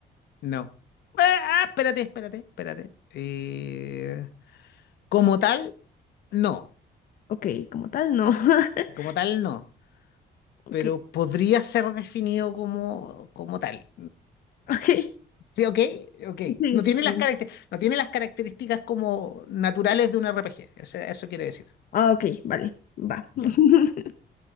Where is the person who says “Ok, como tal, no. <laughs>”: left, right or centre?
Left